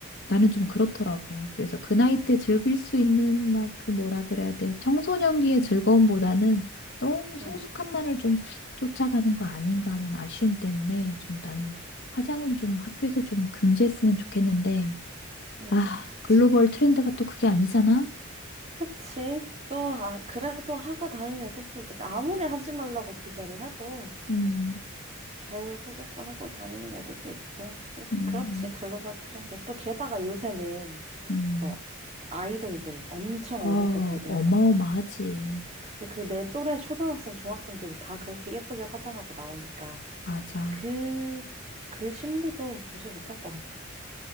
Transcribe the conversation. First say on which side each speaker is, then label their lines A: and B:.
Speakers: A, on the left; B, on the right.
A: 나는 좀 그렇더라고. 그래서 그 나이 때 즐길 수 있는 막 그 뭐라 그래야 돼. 청소년기의 즐거움보다는 너무 성숙함만을
B: 음,
A: 좀 쫓아가는 거 아닌가 하는 아쉬움 때문에 좀 나는 화장은 좀 학교에서 좀 금지했으면 좋겠는데,
B: 음,
A: 아,
B: 그치.
A: 글로벌 트렌드가 또 그게 아니잖아?
B: 그치. 또, 아, 그래도 하고 다니는 애들도, 아무리 하지 말라고 규제를 해도,
A: 음,
B: 결국에 또 하고 다니는 애들도 있고, 그,
A: 음,
B: 그렇지. 글로벌 트렌드. 또 게다가 요새는,
A: 음.
B: 뭐, 아이돌들 엄청
A: 어,
B: 어릴 때 데뷔하잖아.
A: 어마어마하지.
B: 근데 그 내 또래 초등학생, 중학생들이 다 그렇게 예쁘게 화장하고 나오니까,
A: 맞아.
B: 그, 그 심리도 무시 못할 것 같아.